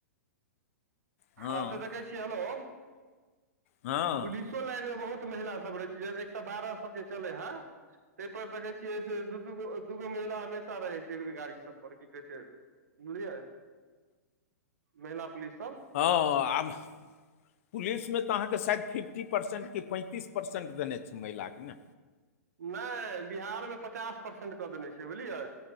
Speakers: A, on the left (about 55°); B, on the right (about 75°).
A: हँ
B: हम तऽ देखै छी हेलो पलिस
A: हँ हँ
B: पुलिसो लाइन मे बहुत महिला सब रहै छै एक सए बारह सब जे चलै हे ताहि पर देखे छियै से दू दूगो दूगो महिला हमेशा रहे छै गाड़ी सब पर की कहे छै बुझलियै महिला पुलिस सब
A: हँ आब पुलिसमे तऽ अहाँके शायद फिफ्टी परसेन्ट कि पैंतीस परसेन्ट देने छै महिलाके ने
B: नहि बिहारमे पचास परसेंट कऽ देने छै बुझलियै